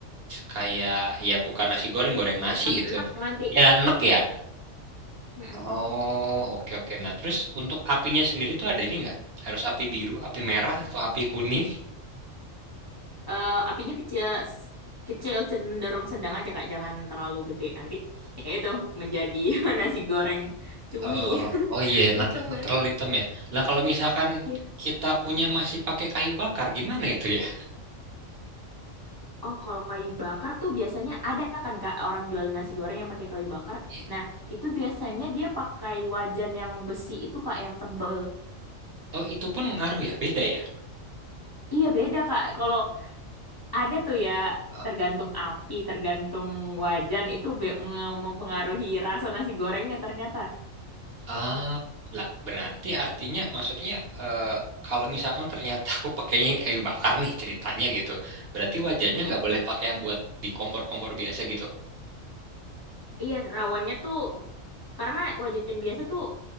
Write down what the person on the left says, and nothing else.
Cepet
enak nanti.
Mm-mm.
Eh, apinya kecil kecil cenderung sedang aja Kak, jangan terlalu gede nanti. Ya itu menjadi <laughs> nasi goreng cumi.
<laughs>
Hitam
nanti.
iya.
Oh, kalau kayu bakar tuh biasanya ada kan Kak orang jual nasi goreng yang pakai kayu bakar.
Nah, itu biasanya dia pakai wajan yang besi itu Kak yang tebel.
Iya beda Kak. Kalau ada tuh ya
tergantung api, tergantung wajan itu be- nge- mempengaruhi rasa nasi gorengnya ternyata.
Mm-mm.
Iya, rawannya tuh karena wajan biasa tuh